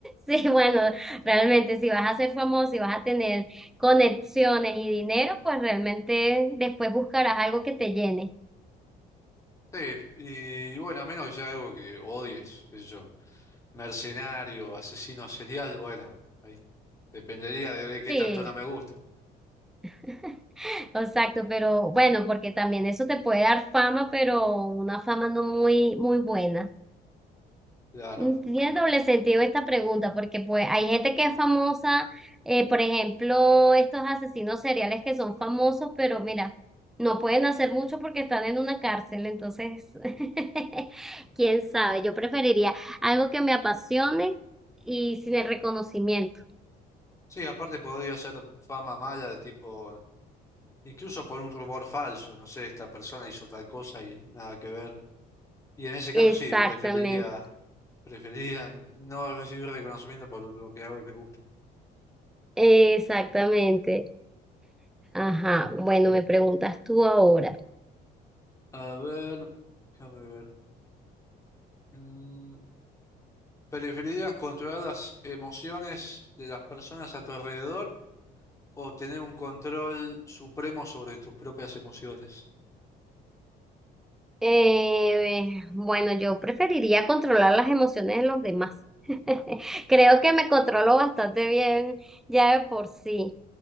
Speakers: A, in the centre; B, on the left (about 20°).
A: sí, bueno, realmente si vas a ser famoso y vas a tener conexiones y dinero, pues realmente después buscarás algo que te llene.
B: Sí, y, y bueno, a menos que sea algo que odies, qué sé yo, mercenario, asesino serial, bueno, ahí dependería de, de qué
A: Sí.
B: tanto no me gusta,
A: <laughs> Exacto, pero bueno, porque también eso te puede dar fama, pero una fama no muy, muy buena.
B: claro.
A: Mm, Tiene doble sentido esta pregunta, porque pues hay gente que es famosa, eh, por ejemplo, estos asesinos seriales que son famosos, pero mira, no pueden hacer mucho porque están en una cárcel, entonces, <laughs> quién sabe, yo preferiría algo que me apasione y sin el reconocimiento.
B: Sí, aparte podría ser fama mala de tipo, incluso por un rumor falso, no sé, esta persona hizo tal cosa y nada que ver. Y en ese caso
A: Exactamente,
B: sí, preferiría, preferiría no recibir reconocimiento por lo que hago y me gusta.
A: exactamente. Ajá, bueno, me preguntas tú ahora.
B: A ver, déjame ver. Mm, ¿preferirías controlar las emociones de las personas a tu alrededor o tener un control supremo sobre tus propias emociones?
A: Eh, bueno, yo preferiría controlar las emociones de los demás. <laughs> Creo que me controlo bastante bien ya de por sí.